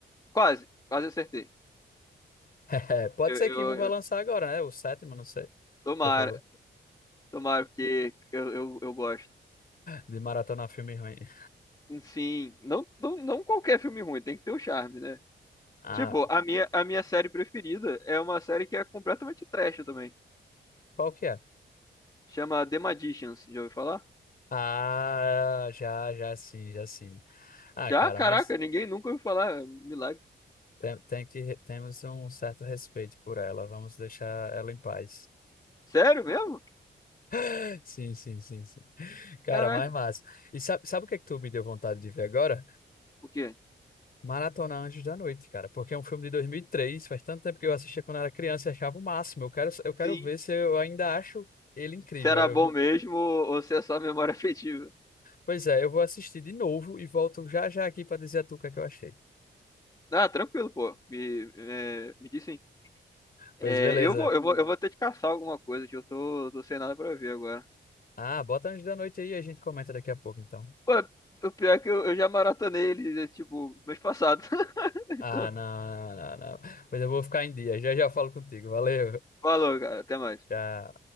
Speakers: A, on the left; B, on the left.
A: quase, quase acertei.
B: É, pode
A: Eu,
B: ser
A: eu,
B: que um vai lançar
A: eu-
B: agora, né? O sétimo, não sei.
A: tomara,
B: Você falou
A: tomara, porque eu, eu, eu gosto.
B: de maratona filme ruim.
A: Sim, não, não, não qualquer filme ruim, tem que ter o charme, né?
B: Ah,
A: Tipo, a minha, a minha série preferida é uma série que é completamente trash também.
B: qual que é?
A: Chama The Magicians, já ouviu falar?
B: Ah, já, já sim, já sim. Ah,
A: Já,
B: cara,
A: caraca,
B: mas
A: ninguém nunca ouviu falar. Milagre.
B: tem, tem que, temos um certo respeito por ela. Vamos deixar ela em paz.
A: Sério mesmo?
B: <laughs> Sim, sim, sim, sim. Cara,
A: Caraca,
B: mais massa. E sabe, sabe o que é que tu me deu vontade de ver agora?
A: o quê?
B: Maratona Anjos da Noite, cara. Porque é um filme de 2003. Faz tanto tempo que eu assistia quando era criança e achava o máximo. Eu quero, eu quero
A: Sim.
B: ver se eu ainda acho ele incrível.
A: Se era bom mesmo ou ou se é só memória <laughs> afetiva.
B: Pois é, eu vou assistir de novo e volto já já aqui pra dizer a tu o que é que eu achei.
A: Ah, tranquilo, pô. Me, é, me diz sim. É,
B: Pois beleza.
A: eu vou, eu vou, eu vou ter que caçar alguma coisa que eu tô, tô sem nada pra ver agora.
B: Ah, bota antes da noite aí e a gente comenta daqui a pouco, então.
A: Pô, o pior é que eu, eu já maratonei ele, tipo, mês passado. <laughs> Então,
B: Ah, não, não, não, não. Pois eu vou ficar em dia. Já já falo contigo. Valeu.
A: falou, cara. Até mais.
B: Tchau.